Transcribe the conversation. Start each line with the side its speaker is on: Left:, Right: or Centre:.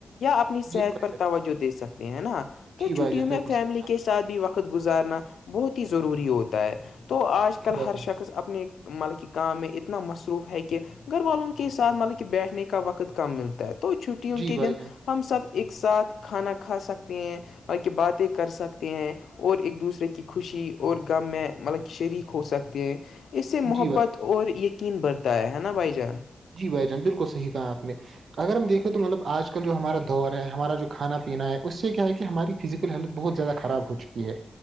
Left: یا اپنی صحت
Right: جی بھائی
Left: پر
Right: جان
Left: توجہ دے سکتے ہیں نا تو
Right: جی
Left: چھٹیوں
Right: بھائی جان
Left: میں
Right: بالکل
Left: فیملی
Right: صحیح کہا
Left: کے ساتھ بھی وقت گزارنا بہت ہی ضروری ہوتا ہے تو آج
Right: جی
Left: کل
Right: بھائی
Left: ہر
Right: جان
Left: شخص اپنے مطلب کی کام میں اتنا مصر مروف ہے کہ گھر والوں کے ساتھ مطلب کہ بیٹھنے کا وقت کم ملتا ہے تو چھٹیوں
Right: جی
Left: کے
Right: بھائی
Left: دن
Right: جان
Left: ہم سب ایک ساتھ کھانا کھا سکتے ہیں بل کی باتیں کر سکتے ہیں اور ایک دوسرے کی خوشی اور غم میں مطلب شریک ہو سکتے ہیں اس سے محبت
Right: جی بھائی
Left: اور یقین برھتا ہے ہے نا بھائی جان
Right: جی بھائی جان بالکل صحیح کہا آپ نے اگر ہم دیکھیں تو مطلب آج کل جو ہمارا دور ہے ہمارا جو کھانا پینا ہے اس سے کیا ہے کہ ہماری فزیکل ہیلتھ بہت زیادہ خراب ہو چکی ہے